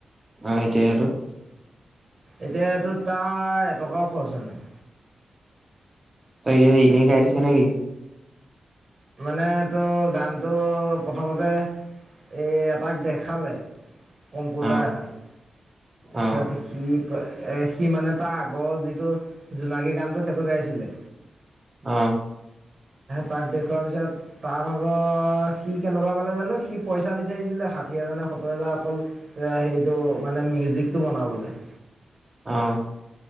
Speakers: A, on the right; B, on the right.
A: অ এতিয়া আৰুটো
B: এতিয়া এইটো তাৰ এটকাও খৰচ হয় নাই
A: তই ইনেই গাড়ীখন নে কিি
B: মানে তো গানটো প্ৰথমতে এ এটাক দেখালে কম্পজাৰ
A: অ',
B: এটাক তাৰছিছত
A: অ',
B: সি সি মানে তাৰ আগৰ যিটো জোনাকী গানটো সেইটো গাইছিলে
A: অ
B: তাক দেখ থোৱাৰ পিছত তাৰ ভাগত সি কেনেকুৱা পালে জানো সি পইচা বিচাৰিছিলে ষাঠি হাজাৰ নে সত্তৰ হাজাৰ অকল হেটো মানে মিউজিকটো বনাবলৈ
A: আহ